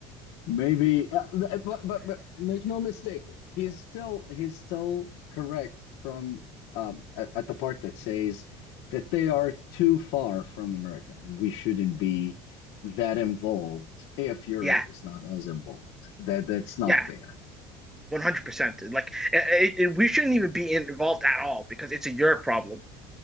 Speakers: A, on the left (about 70°); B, in the centre.
A: maybe. Uh, but, but but make no mistake, he's still he's still correct from um, at, at the part that says that they are too far from America, and we shouldn't be that involved if Europe
B: Yeah,
A: is not as involved. That that's not
B: yeah.
A: fair.
B: One hundred percent. Like it, it, we shouldn't even be involved at all because it's a your problem.